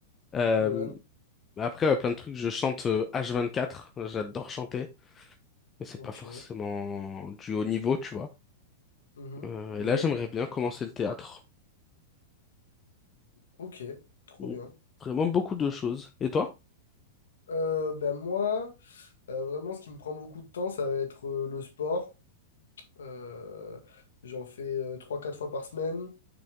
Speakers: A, on the left; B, on the left.
A: Euh,
B: Ah ben,
A: après, ouais, plein de trucs. Je chante euh, h quatre J'adore chanter. mais c'est
B: ok.
A: pas forcément du haut niveau, tu vois.
B: Mhm.
A: Euh,
B: Mais,
A: et là, j'aimerais bien commencer le théâtre.
B: ok, trop
A: Donc,
B: bien.
A: vraiment beaucoup de choses. Et toi?
B: Euh, ben moi, euh, vraiment, ce qui me prend beaucoup de temps, ça va être euh, le sport. Euh, j'en fais euh, trois quatre fois par semaine.